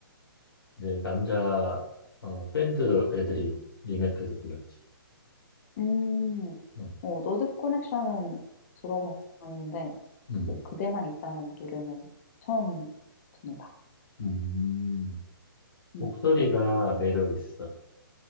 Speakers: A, on the left; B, on the left.
A: 이제 남자, 어, 밴드 애들이 리메이크해서 불렀지.
B: 음.
A: 어,
B: 어, 노드 커넥션은 들어봤는데,
A: 음,
B: 그, 그대만 있다면 노래는 처음 듣는다.
A: 음.
B: 음,
A: 목소리가 매력 있어.